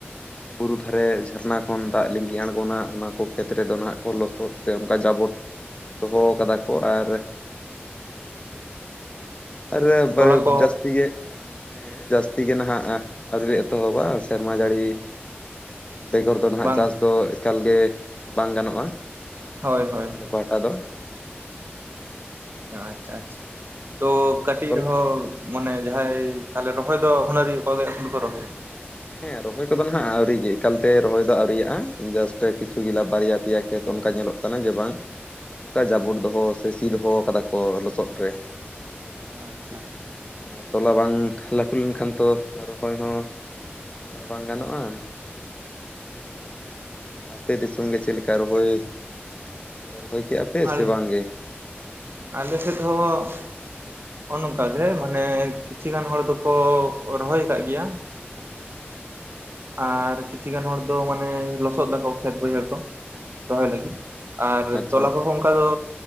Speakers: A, on the left; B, on the right.
A: ᱵᱩᱨᱩ ᱫᱷᱟᱨᱮ ᱡᱷᱟᱨᱱᱟ ᱠᱷᱚᱱ ᱫᱟᱜ ᱞᱤᱸᱜᱤ ᱟᱬᱜᱚᱱᱟ ᱚᱱᱟ ᱠᱚ ᱠᱷᱮᱛ ᱨᱮᱫᱚ ᱱᱟᱦᱟᱜ ᱠᱚ ᱞᱚᱥᱚᱫ ᱥᱮ ᱚᱱᱠᱟ ᱡᱟᱵᱚᱴ, ᱫᱚᱦᱚ ᱠᱟᱫᱟ ᱠᱚ ᱟᱨ
B: <inaudible>
A: ᱟᱨ
B: ᱛᱚᱞᱟ ᱠᱚ
A: ᱡᱟᱹᱥᱛᱤ ᱜᱮ ᱦᱮᱸ ᱡᱟᱹᱥᱛᱤ ᱜᱮ ᱱᱟᱦᱟᱜ ᱟᱹᱣᱨᱤ ᱮᱛᱚᱦᱚᱵᱟ ᱥᱮᱨᱢᱟ ᱡᱟᱹᱲᱤ ᱵᱮᱜᱚᱨ ᱫᱚ ᱱᱟᱦᱟᱜ
B: ᱵᱟᱝ
A: ᱪᱟᱥ ᱫᱚ ᱮᱠᱟᱞ ᱜᱮ ᱵᱟᱝ ᱜᱟᱱᱚᱜᱼᱟ
B: ᱦᱳᱭ ᱦᱳᱭ
A: ᱟᱞᱮ ᱯᱟᱦᱴᱟ ᱫᱚ᱾
B: ᱟᱪᱪᱷᱟ ᱟᱪᱪᱷᱟ ᱛᱚ
A: ᱟᱨ
B: ᱠᱟᱹᱴᱤᱡ
A: ᱛᱚᱞᱟ
B: ᱨᱮᱦᱚᱸ ᱢᱚᱱᱮ ᱡᱟᱸᱦᱟᱸᱭ ᱛᱟᱦᱚᱞᱮ ᱨᱚᱦᱚᱭ ᱫᱚ ᱚᱱᱟ ᱱᱤᱭᱟᱹ ᱠᱚᱜᱮ ᱠᱚ ᱨᱚᱦᱚᱭᱟ᱾
A: ᱦᱮᱸ ᱨᱚᱦᱚᱭ ᱠᱚᱫᱚ ᱱᱟᱦᱟᱜ ᱟᱹᱣᱨᱤ ᱜᱮ ᱮᱠᱟᱞᱛᱮ ᱨᱚᱦᱚᱭ ᱫᱚ ᱟᱹᱣᱨᱤᱭᱟᱜᱼᱟ ᱡᱟᱥᱴ ᱠᱤᱪᱷᱩ ᱜᱮᱞᱟ ᱵᱟᱨᱭᱟ ᱯᱮᱭᱟ ᱠᱷᱮᱛ ᱚᱱᱠᱟ ᱧᱮᱞᱚᱜ ᱠᱟᱱᱟ ᱡᱮ ᱵᱟᱝ ᱚᱱᱠᱟ ᱡᱟᱵᱚᱴ ᱫᱚᱦᱚ ᱥᱮ ᱥᱤ ᱫᱚᱦᱚ ᱠᱟᱫᱟ ᱠᱚ ᱞᱚᱥᱚᱫ ᱨᱮ᱾
B: ᱟᱪᱪᱷᱟ
A: ᱟᱨ ᱛᱚᱞᱟ ᱵᱟᱝ ᱞᱟᱹᱴᱩ ᱞᱮᱱᱠᱷᱟᱱ ᱛᱚ ᱨᱚᱦᱚᱭ ᱦᱚᱸ ᱵᱟᱝ ᱜᱟᱱᱚᱜᱼᱟ ᱾ᱟᱯᱮ ᱫᱤᱥᱚᱢ ᱜᱮ ᱪᱮᱫ ᱞᱮᱠᱟ? ᱠᱟ ᱨᱚᱦᱚᱭ ᱨᱚᱦᱚᱭ ᱠᱮᱫᱟ ᱯᱮ
B: ᱟᱨ
A: ᱥᱮ ᱵᱟᱝ ᱜᱮ?
B: ᱟᱞᱮ ᱥᱮᱛ ᱦᱚ ᱚᱱ ᱚᱱᱠᱟ ᱜᱮ ᱢᱟᱱᱮ ᱠᱤᱪᱷᱤ ᱜᱟᱱ ᱦᱚᱲ ᱫᱚᱠᱚ ᱨᱚᱦᱚᱭ ᱟᱠᱟᱜ ᱜᱮᱭᱟ᱾
A: <inaudible>
B: ᱟᱨ ᱠᱤᱪᱷᱤ ᱜᱟᱱ ᱦᱚᱲ ᱫᱚ ᱢᱟᱱᱮ ᱞᱚᱥᱚᱫ ᱫᱟᱠᱚ ᱠᱷᱮᱛ ᱵᱟᱹᱭᱦᱟᱹᱲ ᱠᱚ ᱨᱚᱦᱚᱭ ᱞᱟᱹᱜᱤᱫ᱾ ᱟᱨ
A: ᱟᱪᱪᱷᱟ
B: ᱛᱚᱞᱟ
A: ᱟᱪᱪᱷᱟ
B: ᱠᱚᱦᱚᱸ ᱚᱱᱠᱟ ᱫᱚ